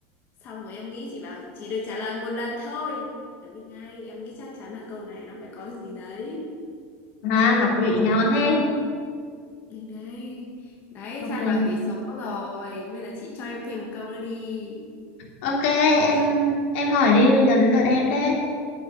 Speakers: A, on the left; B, on the left.
A: xong rồi em nghĩ chị bảo chỉ được trả lời một lần thôi là biết ngay em nghĩ chắc chắn là câu này nó phải có gì đấy
B: à, đọc vị nhau thế
A: biết ngay đấy
B: ok
A: san bằng tỷ số rồi bây giờ chị cho em thêm một câu nữa đi
B: ok
A: Thế
B: em
A: em-
B: em hỏi đi bây giờ đến lượt em đấy